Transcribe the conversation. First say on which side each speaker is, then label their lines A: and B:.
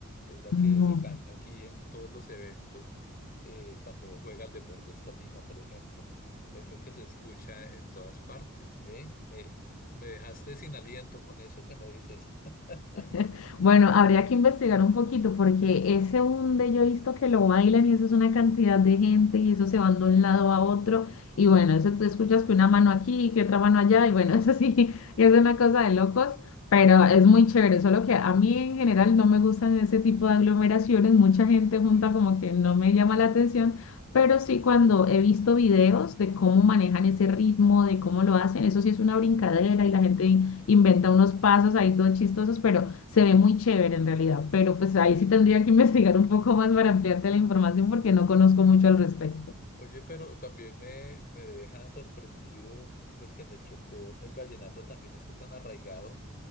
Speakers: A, on the left; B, on the left.
A: Es la
B: No.
A: que se canta aquí en todos los eventos, eh, cuando juega el Deportes Tolima, por ejemplo. Es lo que se escucha en todas partes, ¿ve? Me, me dejaste sin aliento con eso que me dices. <laughs>
B: <laughs> Bueno, habría que investigar un poquito porque ese hunde yo he visto que lo bailan y eso es una cantidad de gente y eso se van de un lado a otro y bueno, eso tú escuchas que una mano aquí y que otra mano allá y bueno, <laughs> eso sí, es una cosa de locos, pero es muy chévere, solo que a mí en general no me gustan ese tipo de aglomeraciones, mucha gente junta
A: Sí,
B: como que no me llama la atención. Pero
A: sí.
B: sí, cuando he visto videos de cómo manejan ese ritmo, de cómo lo hacen, eso sí es una brincadera y la gente inventa unos pasos ahí todos chistosos, pero se ve muy chévere en realidad. Pero pues ahí
A: Uy, qué
B: sí tendría
A: chévere.
B: que <laughs> investigar un poco más para ampliarte la información porque no conozco mucho al respecto.
A: Oye, pero también me, me deja sorprendido, pues que en el Chocó el vallenato también esté tan arraigado,